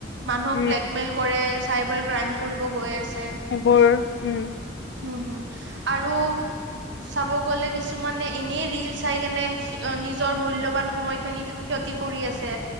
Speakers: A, on the right (about 70°); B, on the left (about 65°).
A: মানুক
B: উম
A: ব্লেকমেইল কৰে, চাইবাৰ ক্ৰাইম কৰিব গৈ আছে,
B: সেইবোৰ উম
A: হম, হম, আৰু চাব গ'লে কিছুমানে এনেই ৰিল চাই কেনে নিজৰ মূল্যবান সময়খিনি ক্ষতি কৰি আছে,